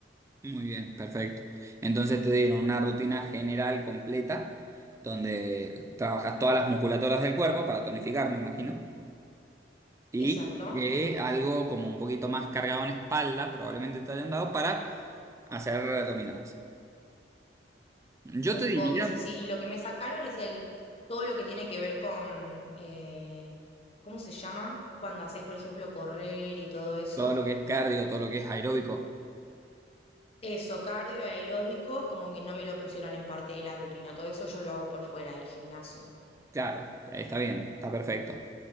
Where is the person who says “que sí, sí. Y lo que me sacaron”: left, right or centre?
Left